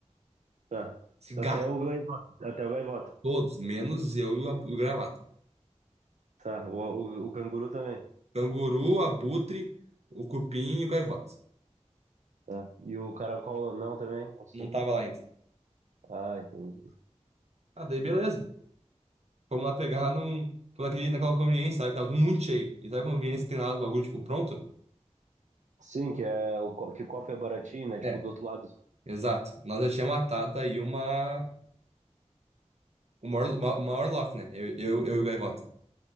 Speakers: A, on the right; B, on the right.
A: Tá.
B: Cigarro.
A: Até o gaivota. Até o gaivota.
B: Todos, menos eu e o, abu- e o gravata.
A: Tá. O, o, o canguru também.
B: Canguru, abutre, o cupim e o gaivota.
A: Tá. E o caracol não também? Ou sim?
B: Não tava lá ainda.
A: Ah, entendi.
B: Ah, daí beleza. Fomos lá pegar num, naquele, naquela conveniência, sabe? Tava tudo muito cheio. E sabe a conveniência que tem lá os bagulho, tipo, pronto?
A: Sim, que, é, o co- que o copo é baratinho, né? Tipo,
B: É.
A: do outro lado.
B: Exato. Nós já tínhamos matado aí uma, uma, orlo- uma, uma Orloff, né? Eu, eu, eu e o Gaivota.